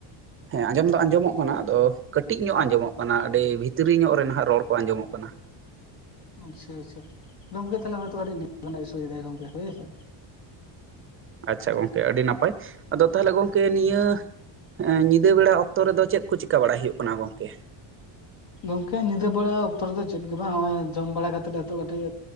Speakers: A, on the right; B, on the left.
A: ᱦᱮᱸ ᱟᱸᱡᱚᱢ ᱫᱚ ᱟᱸᱡᱚᱢᱚᱜ ᱠᱟᱱᱟ ᱟᱫᱚ ᱠᱟᱹᱴᱤᱡ ᱧᱚᱜ ᱟᱸᱡᱚᱢᱚᱜ ᱠᱟᱱᱟ ᱟᱹᱰᱤ ᱵᱷᱤᱛᱨᱤ ᱧᱚᱜ ᱨᱮ ᱱᱟᱦᱟᱜ ᱨᱚᱲ ᱠᱚ ᱟᱸᱡᱚᱢᱚᱜ ᱠᱟᱱᱟ᱾
B: ᱟᱪᱪᱷᱟ ᱟᱪᱪᱷᱟ ᱜᱚᱝᱠᱮ ᱛᱟᱦᱞᱮ ᱦᱚᱭᱛᱚ ᱱᱮᱴ ᱨᱮᱱᱟᱜ ᱤᱥᱩᱫᱟᱭ ᱜᱚᱢᱠᱮ ᱦᱮᱭᱥᱮ?
A: ᱟᱪᱪᱷᱟ ᱜᱚᱢᱠᱮ ᱟᱹᱰᱤ ᱱᱟᱯᱟᱭ ᱟᱫᱚ ᱛᱟᱦᱚᱞᱮ ᱜᱚᱢᱠᱮ ᱱᱤᱭᱟᱹ ᱧᱤᱫᱟᱹ ᱵᱮᱲᱟ ᱚᱠᱛᱚ ᱨᱮᱫᱚ ᱪᱮᱫ ᱠᱚ ᱪᱤᱠᱟ ᱵᱟᱲᱟᱭ ᱦᱩᱭᱩᱜ ᱠᱟᱱᱟ ᱜᱚᱝᱠᱮ?
B: ᱜᱚᱝᱠᱮ ᱧᱤᱫᱟᱹ ᱵᱮᱲᱟ ᱚᱠᱛᱚ ᱨᱮᱫᱚ ᱪᱮᱫ ᱜᱮ ᱵᱟᱝ ᱱᱚᱜᱼᱚᱭ ᱡᱚᱢ ᱵᱟᱲᱟ ᱠᱟᱛᱮᱜ ᱠᱟᱹᱴᱤᱡ